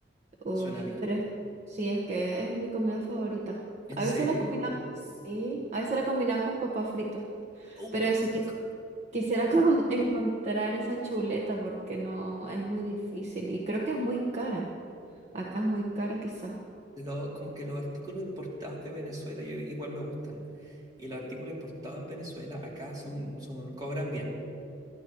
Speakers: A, on the right (about 40°); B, on the right (about 20°).
A: Uy,
B: suena bien.
A: pero es, sí, es que es mi comida favorita.
B: ¿En
A: A
B: serio?
A: veces la combinaba, sí, a veces la combinaba con papa frita,
B: ¡Uh,
A: pero eso
B: qué rico!
A: quis- Quisiera como <laughs> encontrar esa chuleta porque no es muy difícil y creo que es muy cara. Acá es muy cara quizá,
B: Lo, como que los artículos importados de Venezuela yo, igual me gustan. Y los artículos importados en Venezuela acá son, son, cobran bien,